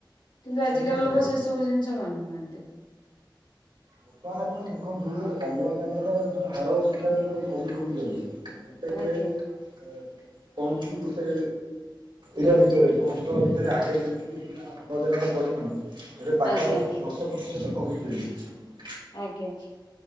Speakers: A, on the left (about 90°); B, on the right (about 80°).
A: କିନ୍ତୁ ଆଜିକାଲି
B: ନିହାତି
A: ଲୋକ
B: ନିହାତି
A: ସେ ସବୁ ଜିନିଷ ମାନୁନାହାନ୍ତି। <inaudible>
B: ବର୍ତ୍ତମାନ ଆପଣ ଦେଖନ୍ତୁ ଅମ୍ଳଜାନର ଯୋଉ ହାର ସଂଖ୍ୟା ଗୁଡ଼ିକ କମି କମି ଯାଉଛି। ଗୋଟେ
A: ଆଜ୍ଞା
B: ପହଞ୍ଚୁଛିି ଗୋଟେ ଏରିଆ ଭିତରେ ଯୋଉ ଅଞ୍ଚଳ ଭିତରେ ଆଗେ ଯେତିକି <unintelligible> ଅମ୍ଳଜାନର ପରିମାଣ। ଏବେ ପାଖାପାଖି
A: ଆଜ୍ଞା
B: ଦଶ ପ୍ରତିଶତ କମି ଯାଇଛି।
A: ଆଜ୍ଞା।